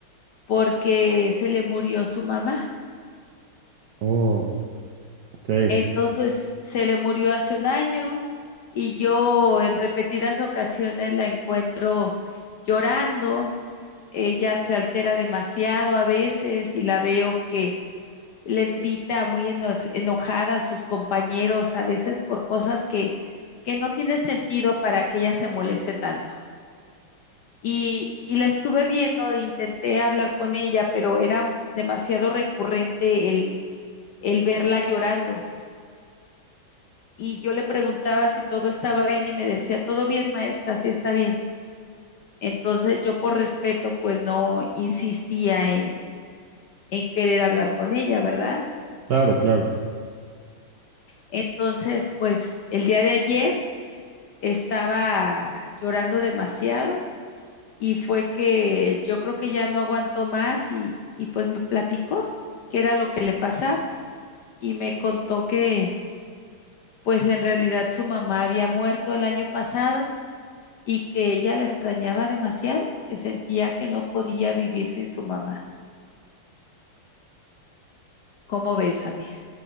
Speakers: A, on the left; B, on the right.
A: porque se le murió su mamá.
B: Oh, ok.
A: Entonces se le murió hace un año y yo en repetidas ocasiones la encuentro llorando, Ella se altera demasiado a veces y la veo que les grita muy eno enojada a sus compañeros, a veces por cosas que, que no tiene sentido para que ella se moleste tanto. Y, y la estuve viendo, e intenté hablar con ella, pero era demasiado recurrente el, el verla llorando. Y yo le preguntaba si todo estaba bien y me decía, todo bien, maestra, sí está bien. Entonces yo por respeto, pues no insistía en, en querer hablar con ella, ¿verdad?
B: Claro, claro.
A: Entonces, pues el día de ayer estaba llorando demasiado y fue que yo creo que ya no aguantó más y, y pues me platicó qué era lo que le pasaba y me contó que pues en realidad su mamá había muerto el año pasado y que ella la extrañaba demasiado, que sentía que no podía vivir sin su mamá. ¿Cómo ves, Amir?